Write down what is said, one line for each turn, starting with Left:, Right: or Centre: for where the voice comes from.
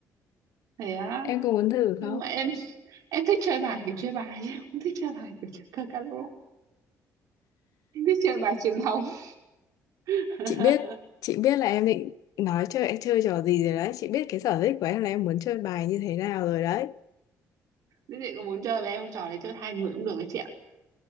Right: thế á
Left: em có muốn thử
Right: nhưng
Left: không
Right: mà em em thích chơi bài kiểu chơi bài chứ em không thích chơi bài kiểu chơi cờ caro em thích chơi bài truyền thống <laughs>
Left: chị biết chị biết là em định nói chơi chơi trò gì rồi đấy chị biết cái sở thích của em là em muốn chơi bài như thế nào rồi đấy
Right: thế chị có muốn chơi với em không? trò đấy chơi hai người cũng được ấy chị ạ